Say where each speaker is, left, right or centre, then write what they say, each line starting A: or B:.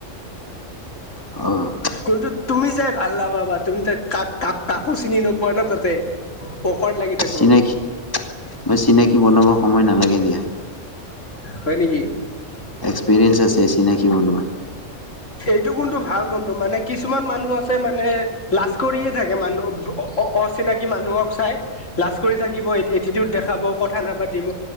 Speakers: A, on the left; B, on the left.
A: অ'।
B: কন্তু তুমি যাই ভাল নাপাবা তুমি তাত কা-কা-কা-কাকো চিনি নোপোৱা ন', তাতে। <unintelligible> লাগি থাকিব।
A: চিনাকি <unintelligible> বনাব সময় নালাগে দিয়া।
B: হয় নেকি?
A: এক্সপেৰিয়েঞ্চ আছে চিনাকি বনোৱা।
B: সেইটো কোনটো ভাল কোনটো মানে কিছুমান মানুহ আছে, মানে লাজ কৰিয়ে থাকে, মানুহ অ-অ-অচিনাকি মানুহক চাই। লাজ কৰি থাকিব, এটি-এটিটিউড দেখাব, কথা নাপাতিব